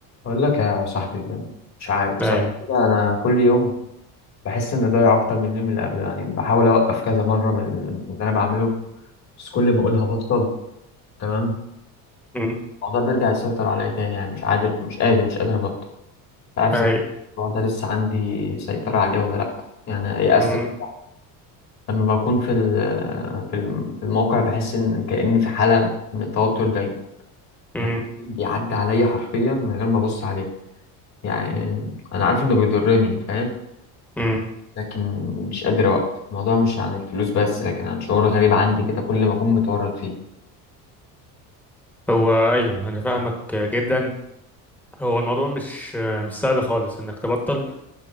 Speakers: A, on the left; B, in the centre.
A: أقول لك يا صاحبي مش عارف بصراحة
B: ايوه
A: كده أنا كل يوم بحس إني ضايع أكتر من اليوم اللي قبله يعني بحاول أوقف كذا مرة من من اللي أنا بعمله بس كل ما أقولها بطل تمام
B: مم.
A: الموضوع بيرجع يسيطر عليا تاني يعني مش قادر مش قادر مش قادر أبطل مش عارف
B: ايوه
A: إذا الموضوع ده لسه عندي سيطرة عليه ولا لأ يعني يأست
B: مم.
A: بصراحة. لما بكون في ال- في الم- في الموقع بحس إن كأني في حالة من التوتر دايما
B: مم.
A: مفيش بيعدي عليا حرفيا من غير ما أبص عليه يعني أنا عارف إنه بيضرني فاهم
B: مم.
A: لكن مش قادر أوقف الموضوع مش عن الفلوس بس لكن عن شعور غريب عندي كده كل ما أكون متورط فيه
B: هو ايوه انا فاهمك جدا هو الموضوع مش مش سهل خالص انك تبطل